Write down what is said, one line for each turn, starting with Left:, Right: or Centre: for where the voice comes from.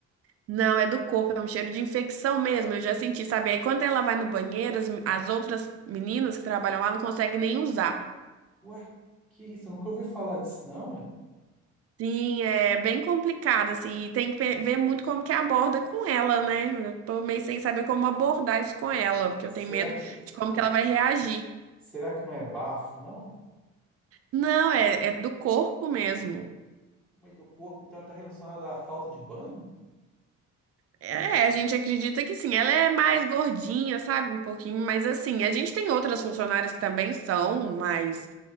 Right: Não, é do corpo, é um cheiro de infecção mesmo, eu já senti, sabe? Aí quando ela vai no banheiro, as, as outras meninas que trabalham lá não conseguem nem usar.
Centre: Ué, que isso? Eu nunca ouvi falar disso, não, ué.
Right: Sim, é bem complicado, assim, e tem que pe- ver muito como que aborda com ela, né? Eu tô meio sem saber como abordar isso com ela, porque
Centre: Será
Right: eu tenho medo
Centre: que,
Right: de como
Centre: não
Right: que ela
Centre: pô-
Right: vai reagir.
Centre: será que não é bafo, não?
Right: Não, é, é do corpo mesmo.
Centre: Mas do corpo, então, está relacionado à falta de banho?
Right: É, é, a gente acredita que sim, ela é mais gordinha, sabe? Um pouquinho, mas assim, a gente tem outras funcionárias que também são mais